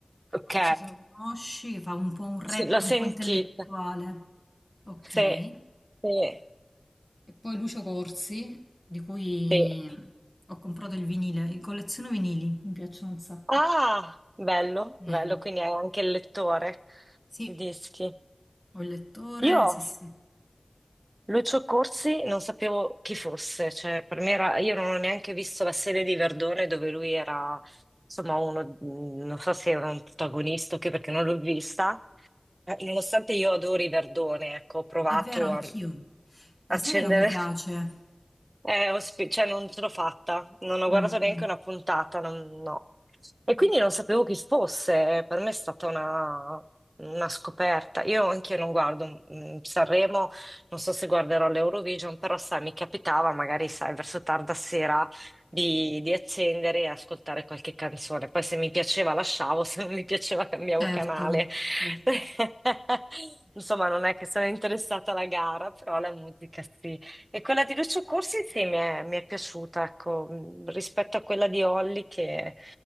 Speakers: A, on the right (about 45°); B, on the left (about 15°).
A: Ok?
B: non so se lo conosci, che fa un po' un rap
A: Sì, l'ho
B: un
A: sentita.
B: po' intellettuale, ok?
A: Sì,
B: E
A: sì,
B: poi Lucio Corsi, di cui
A: sì.
B: ho comprato il vinile, colleziono vinili, mi piacciono un sacco.
A: Ah, bello, bello,
B: Eh,
A: quindi hai anche il lettore
B: sì,
A: di dischi.
B: ho il lettore,
A: Io,
B: sì, sì.
A: Lucio Corsi, non sapevo chi fosse, cioè per me era, io non ho neanche visto la serie di Verdone dove lui era, insomma, uno, mh, non so se era un protagonista o che, perché non l'ho vista. Eh, Nonostante io adori Verdone, ecco, ho provato
B: È vero, anch'io.
A: a
B: La
A: accendere
B: serie non mi piace.
A: Eh, ho spe- cioè, non ce l'ho fatta, non ho
B: Mm,
A: guardato
B: mm,
A: neanche una puntata, non- no. E quindi
B: mm.
A: non sapevo chi fosse, per me è stata una, una scoperta. Io anche non guardo mm, Sanremo, non so se guarderò l'Eurovision, però sai, mi capitava magari, sai, verso tarda sera di, di accendere e ascoltare qualche canzone. Poi se mi piaceva lasciavo, se non mi piaceva cambiavo
B: Certo,
A: canale.
B: certo.
A: <laughs> Insomma, non è che sono interessata alla gara, però la musica sì. E quella di Lucio Corsi sì, mi è, mi è piaciuta, ecco, mh, rispetto a quella di Olli che...